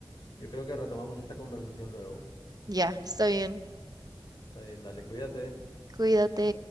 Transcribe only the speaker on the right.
Ya, está bien.
Cuídate.